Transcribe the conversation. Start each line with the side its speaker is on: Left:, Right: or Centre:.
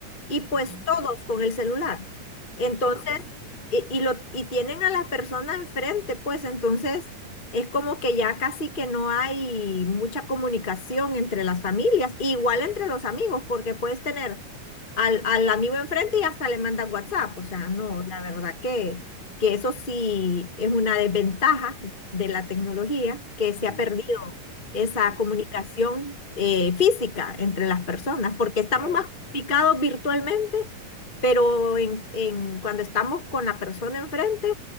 Left: y
Right: Ujú.
Left: pues todos con el celular. Entonces,
Right: Exacto.
Left: y, y lo, y tienen a la persona enfrente, pues entonces es como que ya casi que no hay mucha comunicación entre las familias, igual entre los amigos, porque puedes tener al, al amigo enfrente y hasta le mandas WhatsApp. O sea, no, la verdad que, que eso sí es una desventaja de la tecnología que se
Right: Sí,
Left: ha perdido esa
Right: sí,
Left: comunicación
Right: sí,
Left: eh, física entre las personas, porque estamos
Right: claro,
Left: más picados virtualmente, pero en, en- cuando estamos con la persona enfrente,